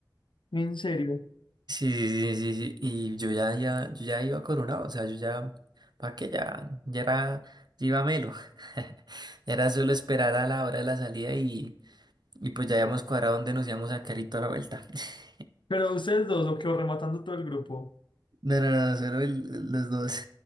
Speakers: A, on the left; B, on the right.
A: En serio.
B: Sí, sí, sí, sí, y yo ya, ya, yo ya iba coronado, o sea, yo ya, ¿para qué? Ya, ya era, ya iba melo, <laughs> ya era solo esperar a la hora de la salida y, y pues ya habíamos cuadrado dónde nos íbamos a carito a la vuelta. <laughs>
A: Pero ustedes dos, o qué, ¿O rematando todo el grupo.
B: No, no, no, solo el- los dos.